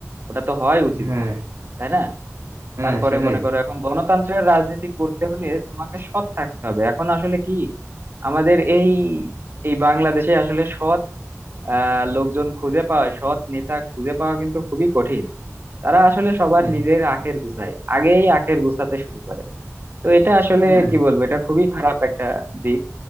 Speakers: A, on the right; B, on the right.
A: ওটা তো হয় উচিত
B: হ্যাঁ
A: না তাই না
B: হ্যাঁ
A: তারপরে
B: সেটাই
A: মনে করো এখন গণতন্ত্রের রাজনীতি করতে হলে তোমাকে সৎ থাকতে হবে এখন আসলে কি আমাদের এই এই বাংলাদেশে আসলে সৎ আহ, লোকজন খুঁজে পাওয়া সৎ নেতা খুঁজে পাওয়া কিন্তু খুবই কঠিন তারা আসলে সবার
B: হ্যাঁ
A: নিজের আখের গুছায় আগেই আখের গুছাতে শুরু করে তো এটা আসলে
B: হ্যাঁ
A: কি বলবো এটা খুবই খারাপ একটা দিক